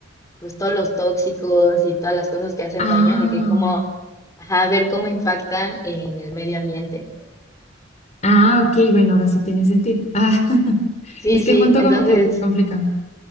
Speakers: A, on the left (about 15°); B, on the left (about 35°).
A: pues todos los tóxicos y todas las cosas que hacen
B: Ah,
A: daño, de que cómo, ajá, ver cómo impactan en el medio ambiente.
B: ah, ok. Bueno, ahora sí tiene sentido. Ah, <laughs>
A: Sí,
B: es que
A: sí,
B: junto
A: entonces,
B: como que es complicado.